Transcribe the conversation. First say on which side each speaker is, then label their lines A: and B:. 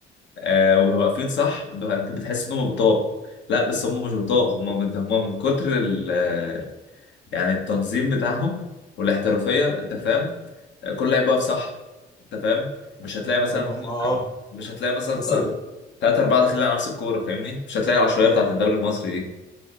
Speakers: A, on the left; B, on the left.
A: آه واقفين صح ب- انت بتحس ان هم بطاء لا بس هم مش بطاء هم من هم من كتر ال آه، يعني التنظيم بتاعهم والاحترافيه انت فاهم آه، كل لعيب واقف صح انت فاهم مش هتلاقي مثلا
B: هم اه
A: مش هتلاقي مثلا
B: تحس
A: ت- تلاتة أربعة داخلين على نفس الكورة فاهمني مش هتلاقي العشوائية بتاعت الدوري المصري دي